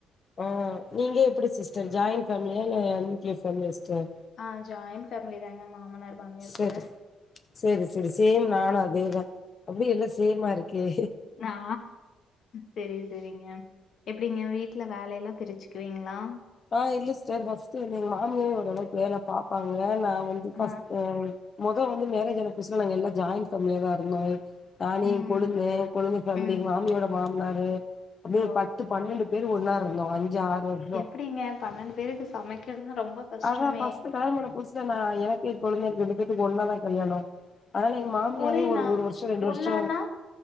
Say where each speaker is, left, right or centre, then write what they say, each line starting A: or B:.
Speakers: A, on the left; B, on the left.
A: ஆ நீங்க எப்படி சிஸ்டர் ஜாயிண்ட் ஃபமிலியா இல்ல நியூக்ளியர் ஃபேமிலியா சிஸ்டர்
B: ஆ ஜாயின் ஃபேமிலிதாங்க மாமனார் மாமியார்
A: சேரி
B: கூட
A: சேரி சேரி சேம் நானு அதேதா அப்டியே எல்லா சேமா இருக்கே
B: நா சேரி சே ரிங்க எப்டிங்க வீட்ல வேல எல்லா பிரிச்சுக்குவீங்ளா
A: ஆ இல்ல சிஸ்டர் ஃபர்ஸ்ட்டு வந்து எங்க மாமியாவே ஓரளவுக்கு வேல பாப்பாங்க நா வந்து ஃபஸ்
B: ஆ.
A: அ மொத வந்து மேரேஜ் ஆன புதுசுல நாங்க எல்லா ஜாயிண்ட் ஃபேமிலியாதா இருந்தோ இப் நானு
B: ம்.
A: எங் கொழுந்தே கொழுந்த ஃபேம்லி
B: ம்.
A: மாமியோட மாமனாரு அப்டியே
B: ஓ!
A: பத்து பன்னெண்டு பேர் ஒன்னா இருந்தோ அஞ்சு ஆறு வருஷோ
B: எப்டிங்க பன்ணென்டு பேருக்கு சமைக்கணுன்னா ரொம்ப கஷ்டமே!
A: அதா ஃபர்ஸ்ட் கல்யாணமான புதுசுல நா எனக்கு எ கொழந்தன்க்கு ரெண்டு பேத்துக்கு ஒன்னாதா கல்யாணோ அதனால எங்க மாமியாவே
B: ஒரே
A: ஒரு
B: நா
A: ஒரு வருஷோ ரெண்டு வருஷோ
B: ஒண்ணான்னா?